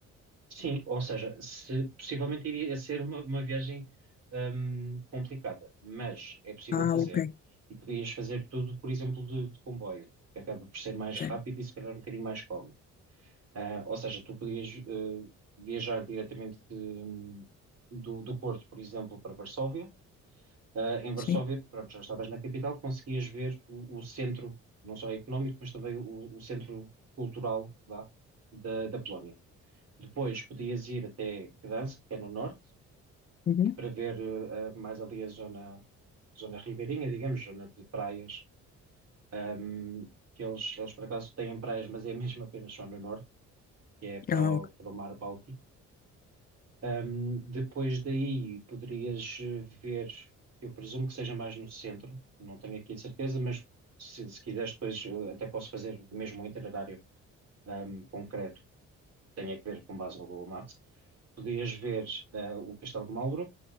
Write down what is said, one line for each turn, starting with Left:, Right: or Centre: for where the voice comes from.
Right: Sim, ou seja, se- possivelmente iria ser uma, uma viagem hum, complicada, mas é possível
Left: Ah,
Right: fazer.
Left: ok.
Right: E podias fazer tudo, por exemplo, de, de comboio, que acaba por ser mais
Left: Sim.
Right: rápido e se calhar um bocadinho mais cómodo. Ah, ou seja, tu podias eh, viajar diretamente de- do, do Porto, por exemplo, para Varsóvia. Ah, em Varsóvia,
Left: Sim.
Right: pronto, já estavas na capital, conseguias ver o, o centro, não só económico, mas também o, o centro cultural, vá, da, da Polónia. Depois podias ir até Gdansk, que é no norte,
Left: Uhum.
Right: para ver eh, eh, mais ali a zona, zona ribeirinha, digamos, zona de praias, ahm, que eles, eles por acaso têm praias, mas é <laughs> mesmo apenas só no norte, que é para
Left: Ah,
Right: o,
Left: ok.
Right: para o mar Báltico. Ahm, depois daí poderias eh, ver, eu presumo que seja mais no centro, não tenho aqui a certeza, mas se, se quiseres depois eu até posso fazer mesmo um itinerário ahm, concreto, tenho é que ver com base no Google Maps. Podias ver eh, o Castelo de Marlborough,